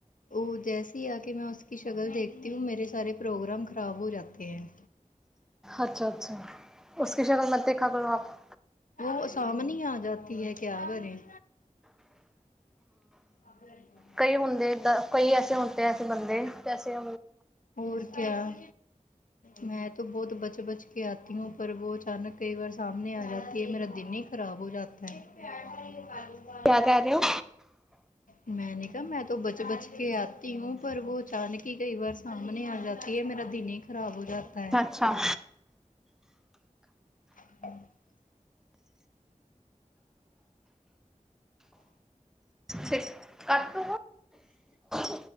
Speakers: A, on the left (about 75°); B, in the centre.
A: ਓ ਜੈਸੀ ਆ ਕੇ ਮੈਂ ਉਸੀ ਸ਼ਕਲ ਦੇਖਤੀ ਹੂੰ ਮੇਰੇ ਸਾਰੇ ਪ੍ਰੋਗਰਾਮ ਖ਼ਰਾਬ ਹੋ ਜਾਤੇ ਹੈ
B: ਅੱਛਾ, ਅੱਛਾ ਉਸਕੀ ਸ਼ਕਲ ਮਤ ਦੇਖਾ ਕਰੋ ਆਪ।
A: ਵੋਹ ਸਾਹਮਣੇ ਹੀ ਆ ਜਾਤੀ ਹੈ ਕਿਆ ਕਰੇ। ਅੱਾਰੀ <inaudible>
B: ਕਈ ਹੁੰਦੇ, ਇਦਾਂ ਕਈ ਐਸੇ ਹੁੰਦੇ ਐਸੇ ਬੰਦੇ, ਜੈਸੇ
A: ਹੋਰ ਕਿਆ?
B: ਹ <inaudible>
A: ਮੈਂ ਤੋ ਬਹੁਤ ਬਚ ਬਚ ਕੇ ਆਤੀ ਹੂੰਂ, ਪਰ ਉਹ ਅਚਾਨਕ ਕਈ ਵਾਰ ਸਾਹਮਣੇ ਆ ਜਾਤੀ ਹੈ, ਮੇਰਾ ਦਿਨ ਹੀ ਖਰਾਬ, ਹੋ ਜਾਤਾ ਹੈ। ਪਿਆ ਪਾਕਿਸਤ <unintelligible>
B: ਕਿਆ ਕਹਿ ਰਹੇ ਹੋ?
A: ਮੈਨੇ ਕਿਹਾ, ਮੈਂ ਤੋਂ ਬਚ ਬਚ ਕੇ ਆਤੀ ਹੂੰ, ਪਰ ਉਹ ਅਚਾਨਕ। ਕਿ ਕਈ ਵਾਰ ਸਾਹਮਣੇ ਆ ਜਾਤੀ ਹੈ, ਮੇਰਾ ਦਿਨ ਹੀ ਖ਼ਰਾਬ ਹੋ ਜਾਤਾ ਹੈ।
B: ਅੱਛਾ
A: ਹਮ <unintelligible>
B: ਸ ਕੱਟ <unintelligible>